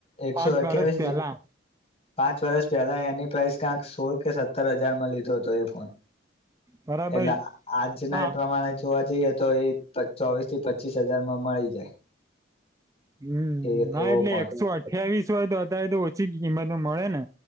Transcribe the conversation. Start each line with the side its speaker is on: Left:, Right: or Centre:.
Left: એકસો
Right: પાંચ
Left: અઠ્યાવીસ,
Right: વર્ષ પહેલા
Left: પાંચ વર્ષ પહેલા એની પ્રાઈસ કાંક સોળ કે સત્તર હજારમાં લીધો હતો એ ફોન
Right: બરાબર
Left: એટલે આજના
Right: હા
Left: એ પ્રમાણે જ જોવા જઈએ તો એ પચ ચોવીસ થી પચીસ હજાર માં મળી જાય.
Right: હમ્મ
Left: એ
Right: હા
Left: એવો
Right: એટલે
Left: ફોન
Right: એકસો આઠ અઠ્યાવીસ હોય તો અત્યારે તો ઓછી કિંમતમાં મળે ને